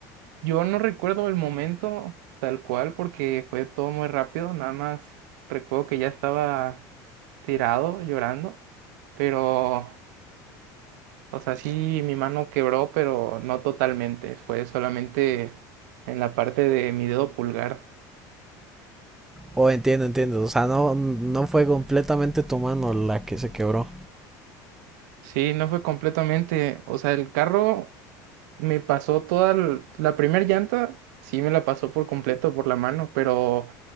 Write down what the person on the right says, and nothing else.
yo no recuerdo el momento tal cual porque fue todo muy rápido, nada más recuerdo que ya estaba tirado llorando, pero, o sea, sí mi mano quebró, pero no totalmente, fue solamente en la parte de mi dedo pulgar.
Sí, no fue completamente, o sea, el carro me pasó toda l- la primera llanta, sí me la pasó por completo por la mano, pero...